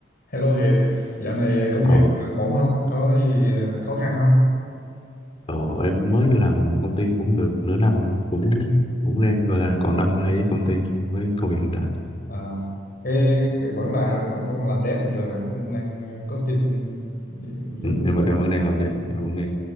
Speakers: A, on the left; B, on the left.
A: Hello Hiệp, dạo này ờ, công
B: Ờ,
A: việc ổn không? Có gì ờ, khó khăn không?
B: ờ, em mới làm công ty cũng được nửa năm rồi. cũng cũng đang gọi là còn đam mê với công ty với công việc hiện tại
A: À, cái, cái vẫn là vẫn còn làm dev bình thường hả? Cũng đang coding giống
B: ừ, em em vẫn đang làm đẹp em vẫn đang